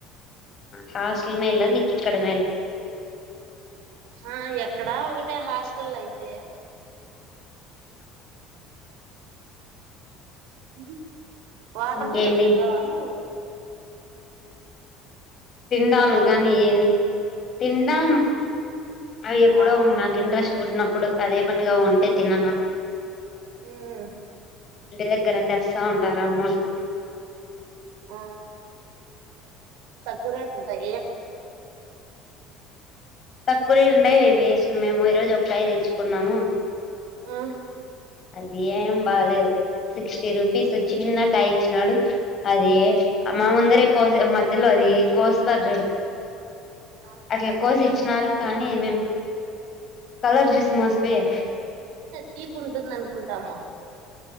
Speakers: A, on the left; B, on the right.
A: హాస్టల్ మేలా నికిక్కడమేలా
B: ఆ ఎక్కడా ఒకటే హాస్టల్ అయితే ఇ వాటర్
A: ఇంకేంటి
B: మిల్న్ తింటావా నువ్వు
A: తింటానుగానీ
B: హలో
A: తింటావును అవి ఎప్పుడు
B: ఆ
A: నాకు ఇంట్రెస్ట్ చిన్నప్పుడు అదే పనిగా ఉంటే తిినను
B: హ్మ్మ్
A: ఇంటి దగ్గర తెస్తా ఉంటారు అమ్మోళ్ళు
B: ఆ కూరట్ ఉంటాయి
A: తక్కువరేటు ఉండాయి ఇవి వేసాం మేము ఈ రోజు ఒకా య తెచ్చుకున్నాము
B: ఆ
A: అది ఏం బాలేదు సిక్స్టీ రూపీస్ చిన్న కాయ ఇచ్చినాడు అది మా ముందరే కోసి మధ్యలో అది కోస్తారు చూడు
B: ఆ అంటే
A: అట్లా కోసి ఇచ్చినారు కానీ ఏమేం కలర్ చూసి మోసపోయాం
B: తీపీ ఉంటుందనుకుంటాము